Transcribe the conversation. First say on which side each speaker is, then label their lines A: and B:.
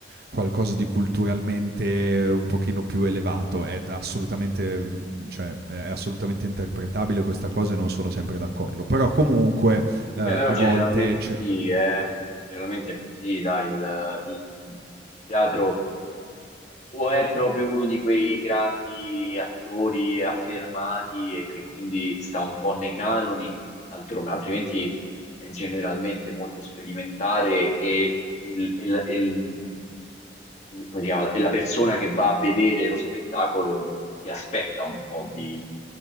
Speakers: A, on the right; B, on the left.
A: qualcosa di culturalmente un pochino più elevato. È assolutamente, cioè, è assolutamente interpretabile questa cosa e non sono sempre d'accordo. Però comunque eh,
B: Beh, però
A: a
B: generalmente
A: volte c-
B: sì, è, generalmente è così, dai, il, il- il teatro. O è proprio uno di quei grandi attori affermati e che quindi sta un po' nei canoni, altro- altrimenti è generalmente molto sperimentale e, il- e la e il- come si chiama? E la persona che va a vedere lo spettacolo si aspetta un po' di,